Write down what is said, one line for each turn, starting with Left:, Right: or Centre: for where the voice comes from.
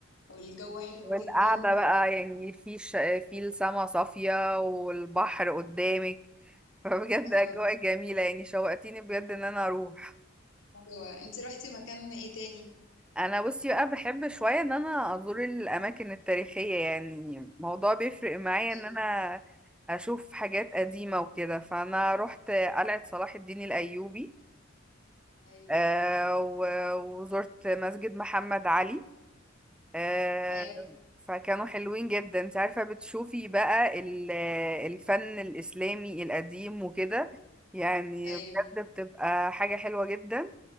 Left: والجو حلو
Centre: والقعدة
Left: جدا و...
Centre: بقى يعني في ش... في السما صافية والبحر قدامك فبجد
Left: أيوة
Centre: أجواء جميلة يعني شوقتيني بجد إن أنا أروح
Left: أيوة أنتي رحتي مكان إيه تاني؟
Centre: انا بصي بقى بحب شويه ان انا ازور الاماكن التاريخيه يعني الموضوع بيفرق معايا
Left: أيوة
Centre: ان انا اشوف حاجات قديمه وكده فانا رحت قلعه صلاح الدين الايوبي
Left: أيوة
Centre: آه، و- وزرت مسجد محمد علي آه،
Left: ايوه
Centre: فكانوا حلوين جدا انت عارفه بتشوفي بقى ال- الفن الاسلامي القديم وكده يعني
Left: ايوه
Centre: بجد بتبقى حاجه حلوه جدا